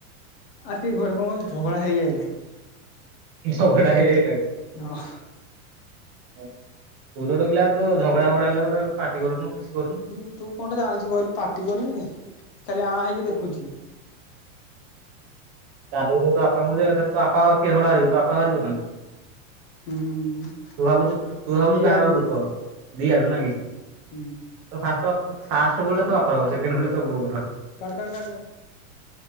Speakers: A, on the left; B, on the right.
A: ଆରେ ସେ ଘରେ କଣକି ଝଗଡ଼ା ହେଇଆଇଲାଣି।
B: ଝଗଡା ହେଇଆଇଲାଣି।
A: ହଁ।
B: ତୁ ତ ଗୋଟେ ପିଲା ତ ଝଗଡା ଫଗଡା ହେଲା ଗୋଟେ ପାଟି କରୁନୁ କିଛି କରୁନୁ
A: ହୁଁ ତୁ କଣ୍ଟେ ଜାଣିଚୁ କହିଲୁ ପାଟି କରନି ଖାଲି ଆ ହେଇକି ଦେଖୁଚି।
B: ଡାଲୁକୁ ଥିବୁ ତୋ ବାପାଙ୍କୁ ଯେ ବାପା ଏକାଥରେ ତୋ ବାପା <unintelligible> ତୋ ବାପା ବାହାରି କରିନାହାନ୍ତି।
A: ହୁଁ
B: ତୁ ଭାବୁଚୁ ତୁ ଭାବୁଚୁ
A: ଦି
B: କାହାର
A: ଆଡୁ ଇଏ
B: ଦୋଷ ହବ। ଦିଆଡୁ ନାଇକି
A: ହୁଁ
B: ତ ଫାଷ୍ଟ ତ ତ ଫାଷ୍ଟ ଭୁଲଟା ତୋ ବାପ ଦବ ସେକେଣ୍ଡ ଭୁଲଟା ତୋ ବୋଉର।
A: କଟେ କାଟେ କାଟେ କାଟେ।